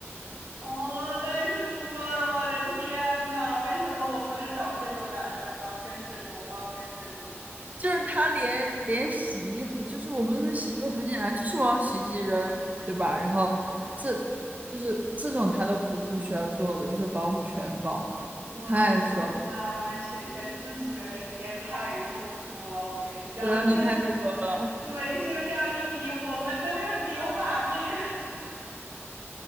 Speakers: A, on the right; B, on the right.
A: 哦，太舒服了，我的天呐，为什么我不能找这种男人？我要跟这种，我要跟这种，我我
B: 就是他连连洗衣服，就是我们那边洗衣服很简单，就是往洗衣机扔，对吧？然后这
A: 对对，
B: 这种他都不不需要做的，就是保姆全包，
A: 哇，
B: 太爽，
A: 就是完完全全自己的时间，太舒服了。我跟你讲，
B: 真的太爽了。
A: 就对，就这样一比，我们都是牛马命。